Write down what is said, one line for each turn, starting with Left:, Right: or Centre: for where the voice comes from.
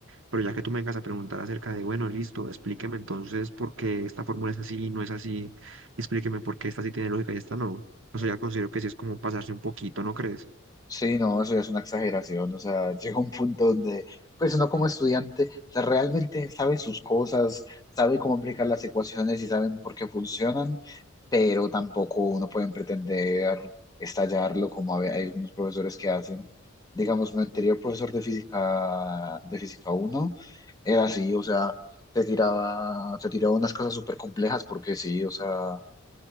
Right: Pero ya que tú me vengas a preguntar acerca de, bueno, listo, explíqueme entonces por qué esta fórmula es así y no es así, explíqueme por qué esta sí tiene lógica y esta no. O sea, ya considero que sí es como pasarse un poquito, ¿no crees?
Left: Sí, no, eso ya es una exageración, o sea, <laughs> llega un punto donde, pues uno como estudiante, o sea, realmente sabe sus cosas, sabe cómo aplicar las ecuaciones y saben por qué funcionan, pero tampoco uno puede pretender estallarlo como a ve- hay algunos profesores que hacen. Digamos, mi anterior profesor de física, de física uno, era así, o sea, te tiraba, te tiraba unas cosas súper complejas porque sí, o sea,